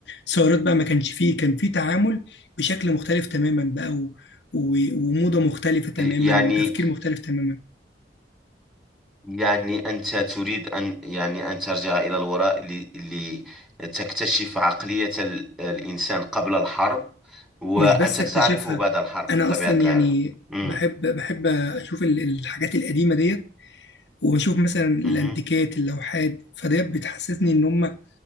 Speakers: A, on the left; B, in the centre.
A: ثورات بقى ما كانش فيه كان فيه تعامل بشكل مختلف تماما بقى و... و... وموضة مختلفة تماما
B: يعني
A: وتفكير مختلف تماما
B: يعني أنت تريد أن يعني أن ترجع إلى الوراء ل- لتكتشف عقلية ال- الإنسان قبل الحرب وأنت
A: مش بس اكتشفها
B: تعرفه بعد الحرب
A: انا
B: من طبيعة
A: اصلا يعني
B: الحال مم.
A: بحب بحب اشوف ال- الحاجات القديمة ديت وبشوف مثلا الانتيكات
B: مهم.
A: اللوحات فديت بتحسسني ان هم